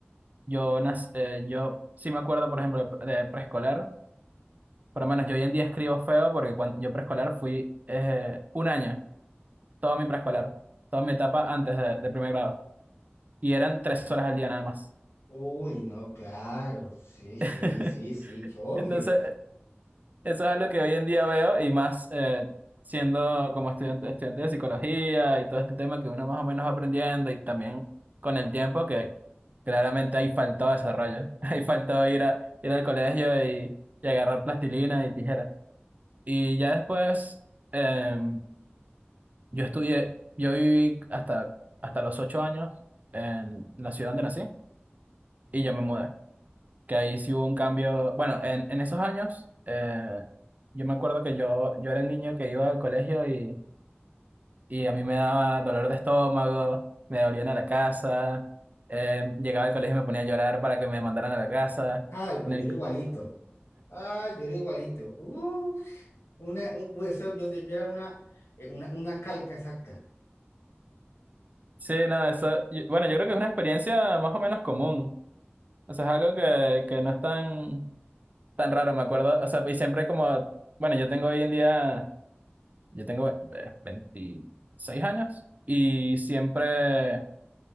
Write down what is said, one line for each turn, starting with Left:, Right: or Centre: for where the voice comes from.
Right: yo, nac- eh, yo sí me acuerdo, por ejemplo, de, pre- de preescolar, por lo menos yo hoy en día escribo feo porque cuando yo preescolar fui eh, un año. todo mi preescolar, toda mi etapa antes de, de primer grado. Y eran tres horas al día nada más.
Left: Uy, no, claro, sí, sí,
Right: <laughs>
Left: sí, sí, qué obvio.
Right: Entonces, eso es algo que hoy en día veo y más eh, siendo como estudiante, estudiante de psicología y todo este tema que uno más o menos va aprendiendo y también con el tiempo que claramente ahí faltó desarrollo, <laughs> ahí faltó ir, a, ir al colegio y, y agarrar plastilina y tijeras Y ya después eh, yo estudié, yo viví hasta, hasta los ocho años en la ciudad donde nací y yo me mudé. que ahí sí hubo un cambio. Bueno, en, en esos años, eh, yo me acuerdo que yo, yo era el niño que iba al colegio y, y a mí me daba dolor de estómago, me dolían a la casa, eh, llegaba al colegio y me ponía a llorar para que me mandaran a la casa.
Left: Ay, pues
Right: En el,
Left: yo era igualito. Ah, yo era igualito. Uf, una, un, eso, yo, yo era una, eh, una, una calca exacta.
Right: sí, no, eso, y- bueno, yo creo que es una experiencia más o menos común. O sea, es algo que, que no es tan, tan raro, me acuerdo. O sea, y siempre como, bueno, yo tengo hoy en día, yo tengo eh, 26 años y siempre...